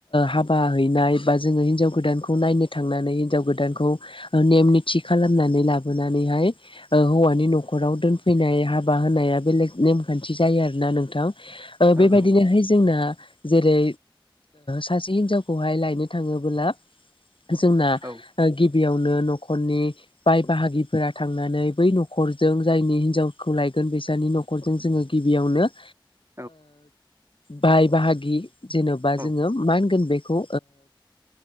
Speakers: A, on the left (about 85°); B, on the right (about 35°).
A: हाबा हैनाय बा जोङो हिनजाव गोदानखौ नायनो थांनानै हिनजाव गोदानखौ नेम निथि खालामनानै लाबोनानैहाय हौवानि न'खराव दोनफैनाय हाबा होनाया बेलेग नेमखान्थि जायो आरो ना नोंथां
B: औ
A: बेबायदिनोहाय
B: नंगौ
A: जोंना जेरै सासे हिनजाव खौहाय लायनो थाङोबला जोंना
B: औ
A: गिबियावनो न'खरनि बाय बाहागिफोरा थांनानै बै न'खरजों जायनि हिनजावखौ लायगोन बैसानि न'खर नखरजों जोङो गिबियावनो
B: <inaudible>
A: बाय बाहाग जेन'बा
B: औ
A: जोङो मा होनगोन बेखौ